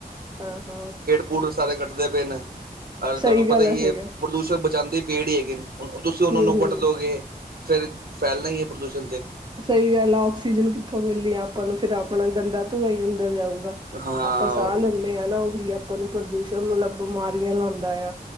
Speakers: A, on the right (about 30°); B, on the right (about 70°).
A: ਹਾਂ-ਹਾਂ।
B: ਬੂਢ ਸਾਰੇ ਕੱਟਦੇ ਪਏ ਨੇ। ਅ
A: ਸਹੀ
B: ਤੁਹਾਨੂੰ ਪਤਾ
A: ਗੱਲ
B: ਹੀ
A: ਸਹੀ
B: ਹੈ
A: ਗੱਲ
B: ਪ੍ਰਦੂਸ਼ਣ ਬਚਾਉਂਦੇ ਪੇੜ ਹੀ ਹੈਗੇ ਤੁਸੀਂ ਉਹਨਾਂ
A: ਹੂੰ
B: ਨੂੰ ਵੱਡ
A: ਹੂੰ
B: ਦੋਗੇ ਫਿਰ ਫੈਲਣਾ ਹੀ ਹੈ ਪ੍ਰਦੂਸ਼ਣ 'ਤੇ
A: ਸਹੀ ਗੱਲ ਆਕਸੀਜਨ ਕਿੱਥੋਂ ਮਿਲੀ ਆਪਾਂ ਨੂੰ ਫਿਰ ਆਪਣਾ ਗੰਦਾ ਧੂੰਆ ਹੀ ਅੰਦਰ ਜਾਊਗਾ
B: ਹਾਂ
A: ਆਪਾਂ ਸਾਹ ਲੈਂਦੇ ਹਾਂ ਨਾ ਉਹੀ ਆਪਾਂ ਨੂੰ ਪ੍ਰਦੂਸ਼ਣ ਮਤਲਬ ਬਿਮਾਰੀਆਂ ਲਾਉਂਦਾ ਆ